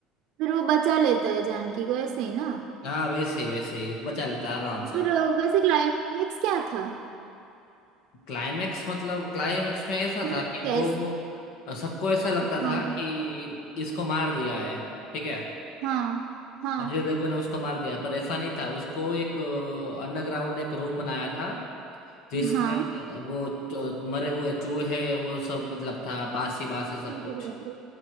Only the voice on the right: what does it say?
फिर वो बचा लेता है जानकी को ऐसे ही ना
पर अ, वैसे क्लाइमेक्स क्या था
मतलब
कैस
हाँ
हाँ हाँ
हाँ
अरे
तो बाप रे